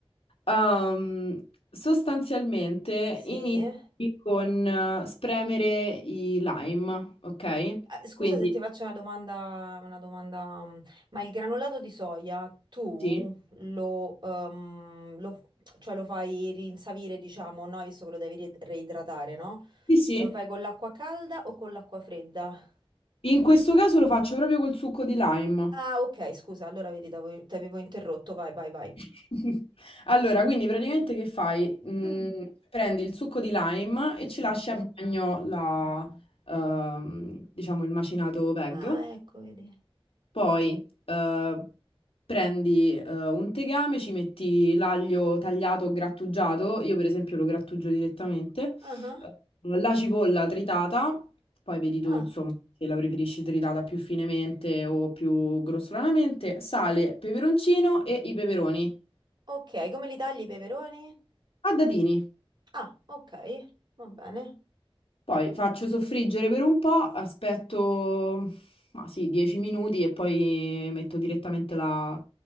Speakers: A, on the left (about 70°); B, on the right (about 50°).
A: ehm, sostanzialmente
B: sì.
A: inizi con eh, spremere i lime, ok?
B: Eh, Scusa
A: Quindi
B: se ti faccio una domanda, una domanda, mm, ma il granulato di soia tu
A: sì,
B: lo, ehm, lo- cioè lo fai rinsavire, diciamo, no? Visto che lo devi ri- reidratare, no?
A: sì, sì.
B: Lo fai con l'acqua calda o con l'acqua fredda?
A: In questo caso lo faccio proprio col succo di lime.
B: Ah, ok, scusa, allora vedi, t'avevo ti avevo interrotto, vai, vai, vai.
A: <laughs> Allora, quindi praticamente che fai?
B: <laughs>
A: Mm, prendi il succo di lime e
B: Sì.
A: ci lasci a bagno la, ehm, diciamo, il macinato veg.
B: Ah, ecco, vedi.
A: Poi eh, prendi eh, un tegame, ci metti l'aglio tagliato o grattugiato, io per esempio lo grattugio direttamente,
B: Ah, ah.
A: eh, la cipolla tritata, poi vedi tu
B: ah.
A: insomma se la preferisci tritata più finemente o più grossolanamente, sale, peperoncino e i peperoni
B: Ok, come li tagli i peperoni?
A: a dadini.
B: Ah, ok, va bene.
A: Poi faccio soffriggere per un po', aspetto ma sì, 10 minuti e poi metto direttamente la